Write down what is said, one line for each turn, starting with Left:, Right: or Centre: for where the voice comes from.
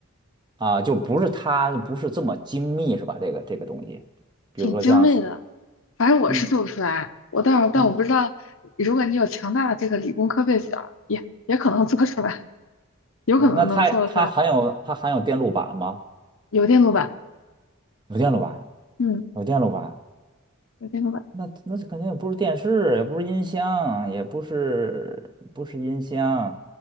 Right: 啊？就不是它不是这么精密是吧？这个这个东西，比如说像
Left: 挺精美的，反正我是做不出来，
Right: 嗯
Left: 我但但我不知道，
Right: 嗯
Left: 如果你有强大的这个理工科背景儿也也可能做出来，有可能能做得出来，
Right: 嗯，那它它含有它含有电路板吗？
Left: 有电路板，
Right: 有电路板，
Left: 嗯，
Right: 有电路板。
Left: 有电路板，
Right: 那那肯定也不是电视，也不是音箱，也不是不是音箱，